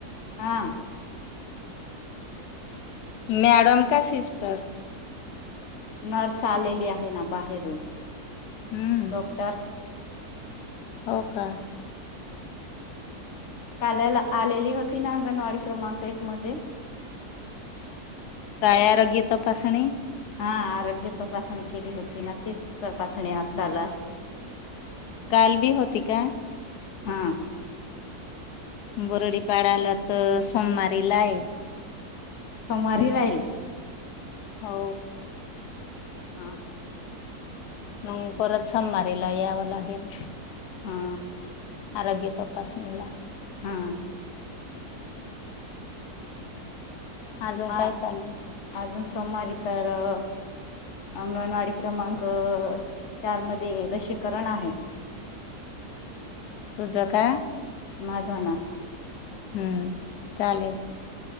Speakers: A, on the left (about 60°); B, on the left (about 85°).
A: हा
B: मॅडम का सिस्टर
A: नर्स आलेली आहे ना बाहेरून
B: हम्म
A: डॉक्टर
B: हो का
A: काल्याला आलेली होती ना अंगणवाडी क्रमांक एक मध्ये
B: कायारोग्य तपासणी
A: हा आरोग्य तपासणी केली होती ना तेच तपासणी आज चालू आहे
B: काल बी होती का
A: हा
B: बरडी पाळाला तर सोमवारी लाय
A: सोमवारी राहील
B: हो
A: हा
B: मग परत सममारीला यावं लागेल
A: हा
B: तो तपासणीला
A: हा
B: अजून
A: हम
B: काय चालू
A: ह अून समारी तार अ अंगणवाडी क्रमांक चार मध्ये लसीकरण आहे
B: पूज का
A: माझा ना
B: हम्म चालेल